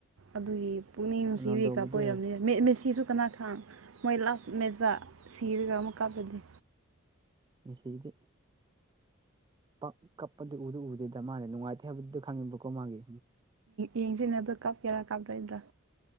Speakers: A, on the right (about 70°); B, on the right (about 20°).
A: ꯑꯗꯨꯒꯤ ꯄꯨꯛꯅꯤꯡ ꯅꯨꯡꯁꯤꯕ
B: ꯔꯣꯅꯥꯜꯗꯣꯕꯨꯗꯤ
A: ꯀꯥꯞꯄ ꯑꯣꯏꯔꯕꯝꯅꯤꯅ
B: ꯍꯣꯏ
A: ꯃꯦꯁꯤꯁꯨ ꯀꯅꯥꯈꯥꯡ ꯃꯣꯏ ꯂꯥꯁ ꯃꯦꯖ ꯁꯤꯔꯒ ꯑꯃꯨꯛ ꯀꯥꯞꯂꯗꯤ
B: ꯁꯗ ꯄ ꯀꯞꯄꯗꯤ ꯎꯗꯨ ꯎꯗꯦꯗ ꯃꯥꯅꯦ ꯅꯨꯡꯉꯥꯏꯇꯦ ꯍꯥꯏꯕꯗꯨꯗ ꯈꯪꯅꯤꯡꯕꯀꯣ ꯃꯥꯒꯤ
A: ꯌꯦꯡꯁꯤꯅ ꯑꯗꯨ ꯀꯥꯞꯀꯦꯔꯥ ꯀꯥꯞꯂꯣꯏꯗ꯭ꯔꯥ